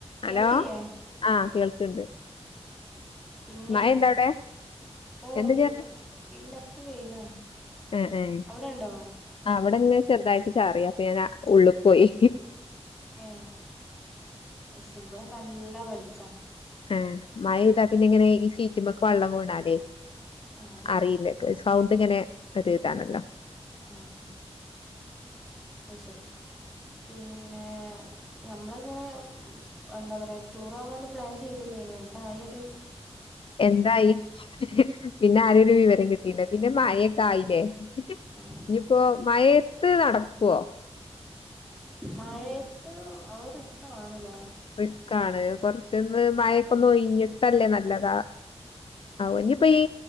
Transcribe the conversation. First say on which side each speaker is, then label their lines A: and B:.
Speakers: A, on the left; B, in the centre.
A: Hello
B: കേൾക്കില്ലേ
A: ആഹ കേൾക്കണ്ട്
B: പിന്നെ
A: മഴ ണ്ട ടെ
B: ഓ
A: എന്താ ജർഞ്ഞെ
B: ഇല്ല ഇല്ല ഇപ്പ വെയിലാണ്
A: എ എ
B: അവിടെ ഉണ്ടോ
A: അ അവിടെെ ചെറുതായിട്ടി ചാറിയ അപ്പൊ ഞാ ഉള്ളക്ക് പോയി
B: ഏ അ ശരിബടെ നല്ല വെളിച്ചാ
A: ആഹ മഴ ഇതാ പിന്നെ ഇങ്ങനെ ഈ സീറ്റിമ്മക്ക് വെള്ളം വീണാലെ
B: ആഹ്
A: അറിയില്ല സൗണ്ട്ങ്ങനെ ഒരു ഇതാണല്ലോ
B: ആ ആ അഹ് ശരി പിന്നെ ഞമ്മളിങ്ങനെ എന്താ പറയാ ടൂർ ആവോണ്ട് പ്ലാൻ ചെയ്തല്ലേ ഇനി എന്തായി അത്
A: എന്തായി പിന്നെ ആര ഒരു വിവരം കിട്ടിയില്ല പിന്നെ മയക്കേ ആയിലേ
B: ആഹ്
A: ഇഞ്പ്പോ മയയത്ത് നടക്വോ
B: മഴയത്ത് അത് റിസ്കാണ്ലെ
A: റിസ്ക്ക ആണ് കൊറച്ചൊന്ന് മഴൊക്കൊ ഒന്ന് ഒഴഞ്ഞിട്ടല്ലേ നല്ലതാ ആ ഇനിയിപ്പോ ഈ